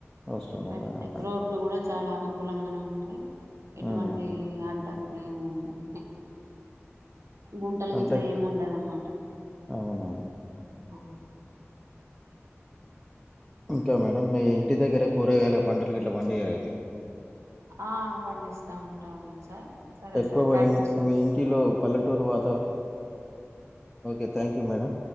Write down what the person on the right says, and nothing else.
వెంట
రోడ్లు కూడా చాలా అనుకు కూలంగానే ఉంటాయి ఎటువంటి
అడ్డంకులు ఏమి ఉండవు గుంటలు
గిట్లా ఏమి ఉండదనుమట్ట
ఆ
ఆ పండిస్తా ఉంటాము సార్ సరే
సార్ థ్యాంక్
యూ సార్